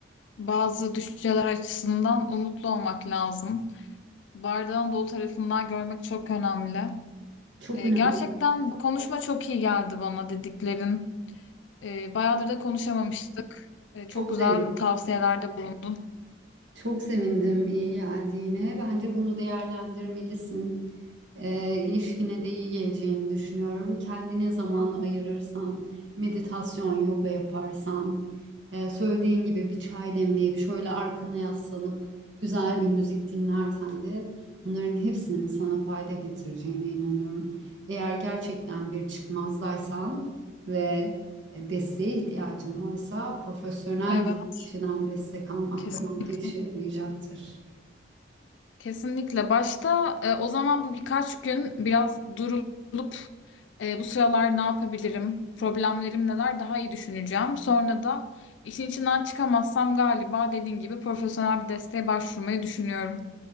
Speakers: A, on the left; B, on the right.
A: bazı düşünceler açısından umutlu olmak lazım. Bardağın dolu tarafından görmek çok önemli.
B: Çok
A: Ee,
B: önemli.
A: gerçekten bu konuşma çok iyi geldi bana dediklerin. Ee, bayağıdır da konuşamamıştık. Ee, çok
B: Çok
A: güzel
B: sevindim.
A: tavsiyelerde bulundun.
B: Çok sevindim iyi geldiğine. Bence bunu değerlendirmelisin. Ee, ilişkine de iyi geleceğini düşünüyorum. Kendine zaman ayırırsan, meditasyon, yoga yaparsan, e, söylediğin gibi bir çay demleyip şöyle arkana yaslanıp güzel bir müzik dinlersen de bunların hepsinin sana fayda getireceğine inanıyorum. Eğer gerçekten bir çıkmazdaysan ve e, desteğe ihtiyacın varsa profesyonel
A: Evet,
B: kişiden destek almak
A: kesinlikle.
B: da bence işe yarayacaktır.
A: Kesinlikle. Başta e, o zaman bu birkaç gün biraz durulup e, bu sıralar ne yapabilirim, problemlerim neler daha iyi düşüneceğim. Sonra da işin içinden çıkamazsam galiba dediğin gibi profesyonel bir desteğe başvurmayı düşünüyorum.